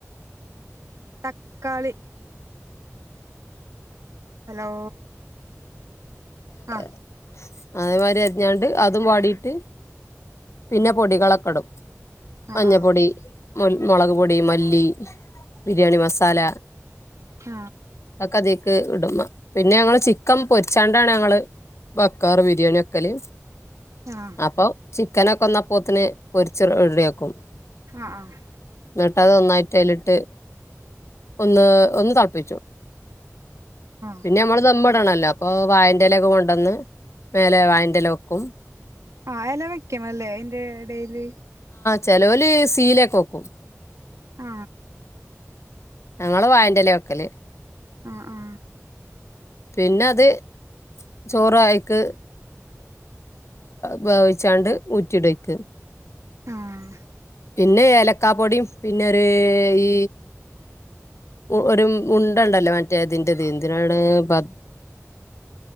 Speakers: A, on the right; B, on the left.
A: തക്കാളി ഹലോ ആഹ്
B: <inaudible> അതേ മാതിരി അരിഞ്ഞാണ്ട് അതും വാടിട്ട് പിന്നെ പൊടികളൊക്കെടും
A: ആഹ്
B: മഞ്ഞപ്പൊടി
A: ആഹ്
B: മു മുളക് പൊടി മല്ലി ബിരിയാണി മസാല
A: ആ
B: അതിക്ക് ഇടും പിന്നെ ഞങ്ങള് ചിക്കൻ പൊരിച്ചാണ്ടാണ് ഞങ്ങള് വെക്കാറ് ബിരിയാണി വെക്കല്ല്
A: ആഹ് ആഹ്
B: അപ്പൊ ചി കനക്കെ അപോത്തിന് പൊരിച്ച് റെഡിയാക്കും
A: ആഹ്
B: എന്നിട്ട് അതന്നോയിട്ട് അയിലിട്ട് ഒന്ന് ഒന്ന് തളപ്പിച്ചും
A: ആഹ്
B: പിന്നെ നമ്മള് ദമ്മ ണല്ലോ അപ്പൊ വായന്റലക്കൊ കൊണ്ടുവന്ന് മേലെ വായന്റല വെക്കും
A: ആഹ് എല വെ ല്ലേ ഐന്റെ എടേല്
B: ചേലോല് സീലെക്കെ വെക്കും
A: ആ
B: ഞങ്ങള് വായന്റെലെ വെക്കല്
A: അ ആ
B: പിന്നെ അത് ചോറ് അയിക്ക് വേവിച്ചാണ്ട് ഊറ്റിടുയ്ക്ക്
A: ആഹ്
B: പിന്നെ ഏലക്കാ പൊടിയും പിന്നെ ഒരു ഈ ഒരു ഉണ്ടണ്ടല്ലോ മറ്റേ ഇതിന്റെത് എന്തിനാണ് പ